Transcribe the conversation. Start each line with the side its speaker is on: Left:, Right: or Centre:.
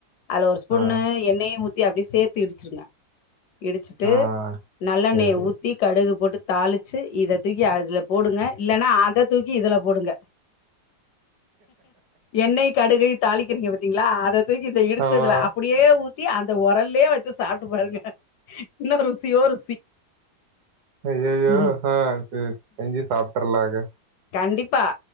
Left: அதுல ஒரு ஸ்பூனு
Right: ஆ
Left: எண்ணெயு ஊத் தி அப்டி சேத்து இடிசிருங்க இடிசுட்டு
Right: ஆ
Left: நல்லெண்ணய
Right: சரி
Left: ஊத்தி கடுகு போட்டு தாளிச்சு இததூக்கி அதுல போடுங்க இல்லனா அததூக்கி இதுலபோடுங்க எண்ணெயு கடுகை தாளிக்கிறீங்க பாத்தீங்களா அத தூக்கி இந்த இடிச்சதுல
Right: ஆமா
Left: அப் டியே ஊத்தி அந்த உரல்லயே வச்சு சாப்ட்டு பாருங்க இன்னு ருசியோ ருசி
Right: அய்யய்யோ
Left: ம்
Right: ஆ சேரி செஞ்சு சாப்ட்டரலாங்க
Left: கண்டிப்பா